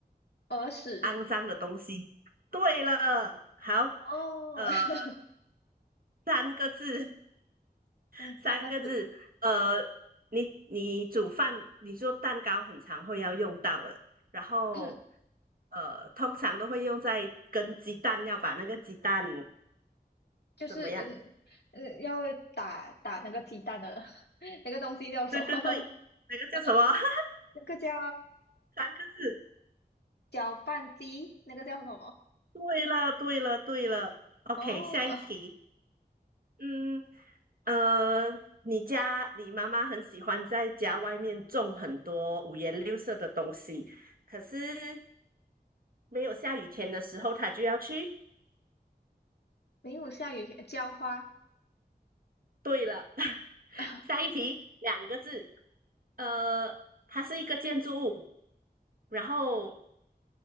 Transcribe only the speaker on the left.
耳屎，
哦，
<laughs>
嗯，三个字，
<coughs>
就是嗯嗯，
要打打那个鸡蛋的 <laughs> 那个东西叫什么？
<laughs>
呃，
那个叫
搅拌机，那个叫什么？
哦，
没有下雨天，浇花，
<laughs>